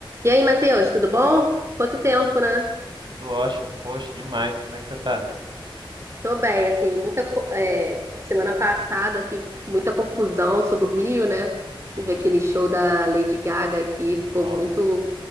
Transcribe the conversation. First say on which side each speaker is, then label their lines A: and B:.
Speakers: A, on the right; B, on the right.
A: E aí, Matheus, tudo bom? Quanto tempo, né?
B: Tudo ótimo. Poxa, demais. Como é que você tá?
A: Tô bem, assim, muita co- é, semana passada aqui, muita confusão, sou do Rio, né?
B: Uhum,
A: Tive aquele show da Lady Gaga aqui, ficou
B: Nossa.
A: muito